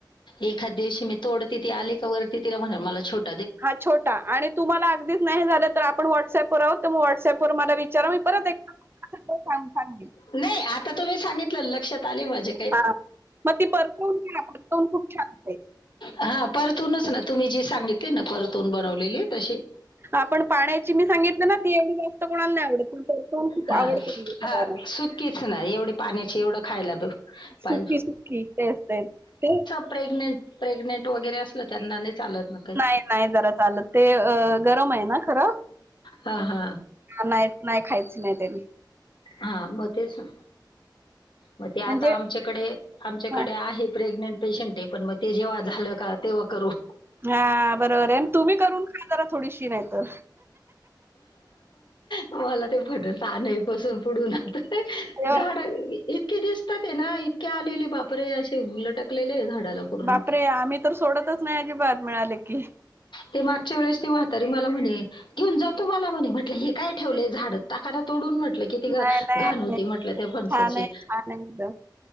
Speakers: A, on the left (about 80°); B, on the right (about 30°).
A: एखाद दिवशी मी तोडते ती आली का वरती तिला म्ह मला छोटी.
B: हा छोटा आणि तुम्हाला अगदीच नाही झालं तर आपण व्हॉट्सअपवर आहोत. त मग व्हॉट्सअप व मला विचारा मी परत एकदा सांगल.
A: नाही आता तुम्ही सांगितलं लक्षात आली माझ्या.
B: हा मग ती परफोन करा परतोन खूप छान.
A: हा परतूनच ना तुम्ही जी सांगितली ना परतून बनवलेली तशी.
B: आपण पाण्याची मी सांगितलं ना ती एवढी जास्त कोणाला नाही आवडत. त खूप
A: हां.
B: आवडत म्हणजे सगळ्यांना.
A: हां. सुकीच नाही एवढी पाण्याची एवढं खायला ब
B: सुकी
A: पाहिजे
B: सुकी ते असतात ते.
A: प्रेग्नेंट वगैरे. त्यांना नाही चालत ना काही.
B: नाही नाही जरा चालत ते अ गरम आहे ना खरं.
A: हा हा.
B: नाही नाही खायच नाही त्यांनी
A: हां, मग तेच ना. मग ते आता
B: म्हणजे
A: आमच्याकडे आमच्याकडे
B: हा
A: आहे प्रेग्नेंट पेशंट आहे पण मग ते जेव्हा झालं का तेव्हा करू
B: हा बरोबर आहे आणि तुम्ही करून खा जरा थोडीशी नाही तर
A: मला ते पट तनवीपसून पुडून आता ते
B: अ,
A: झाारा इतके दिसतात आहे ना इतके आलेले बापरे असे लटकलेले झाडाला पूर्ण.
B: बापरे आम्ही तर सोडतच नाही अजिबात मिळाले की
A: ते मागच्या वेळेस ते वहातारी मला म्हणे घेऊन जातो मला म्हणे म्हटलं हे काय ठेवलेय झाड टाकादा तोडून म्हटलं कि त
B: नाही नाही
A: घाण होती म्हटलं त्या फणसाची
B: छान आहे छान आहे एकदम